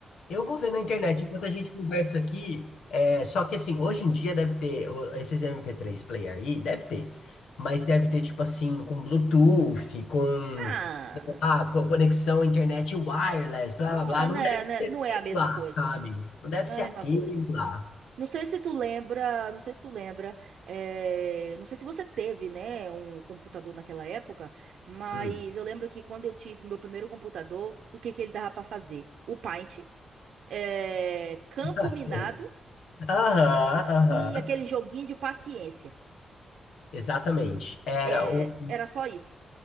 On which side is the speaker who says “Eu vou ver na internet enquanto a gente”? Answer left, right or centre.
Left